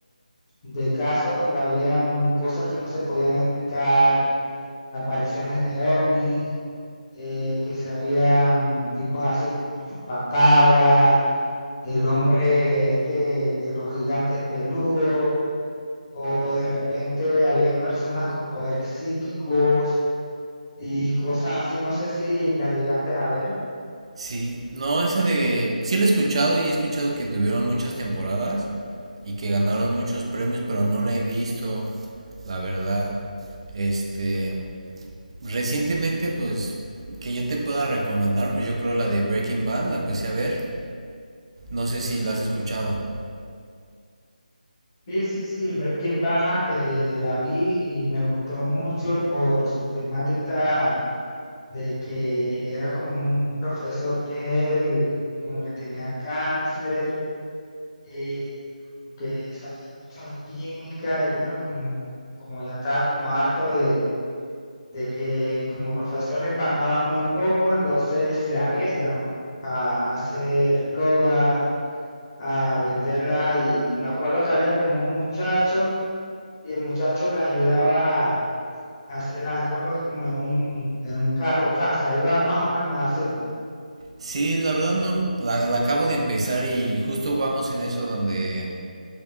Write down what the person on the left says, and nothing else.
de casos donde habían cosas que no se podían explicar apariciones de ovnis, eh, que se habían tipos así como chupacabra, el hombre este de los gigantes peludos, o de repente habían personas con poderes psíquicos y cosas así, no sé si la llegaste a ver.
Sí, sí, sí, Breaking Bad eh, la vi y me gustó mucho por su temática de que era como un profesor que él como que tenía cáncer eh, como que sabía mucho de química y bueno, como, como ya estaba como harto de, de que como profesor le pagaba muy poco, entonces se arriesga, ¿no? A, a hacer droga, a venderla y, y me acuerdo que había como un muchacho y el muchacho le ayudaba a hacer las drogas como en un, en un carro casa, iba más o menos así, ¿no?